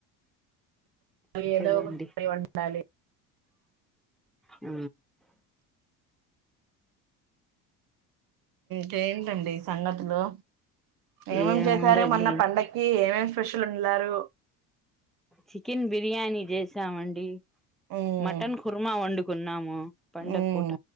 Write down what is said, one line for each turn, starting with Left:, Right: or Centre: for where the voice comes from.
Centre: అంతేలేండి
Right: ఏదో ఒక కవ ఉండాలి
Centre: అ
Right: కేంటండి సంగతులు ఏమేం
Centre: ఏముందండి
Right: చేశారు మన్న పండకి ఏమేం ఫెషలు ఉండలారు
Centre: చికెన్ బిర్యానీ చేసామండి
Right: ఉమ్
Centre: మటన్ కుర్మా వండుకున్నాము పండగ
Right: ఉమ్
Centre: పూట